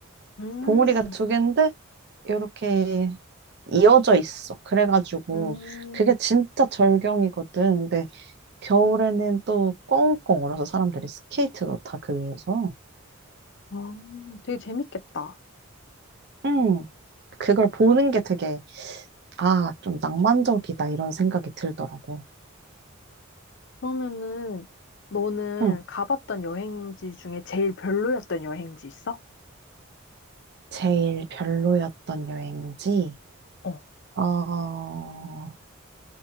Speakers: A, on the left; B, on the right.
A: 음,
B: 봉우리가 두 개인데 이렇게 이어져 있어. 그래가지고
A: 음,
B: 그게 진짜 절경이거든. 근데 겨울에는 또 꽁꽁 얼어서 사람들이 스케이트도 다 그 위에서.
A: 어, 되게 재밌겠다.
B: 음, 그걸 보는 게 되게 아, 좀 낭만적이다 이런 생각이 들더라고.
A: 그러면은, 너는
B: 응.
A: 가봤던 여행지 중에 제일 별로였던 여행지 있어?
B: 제일 별로였던 여행지?
A: 어
B: 어,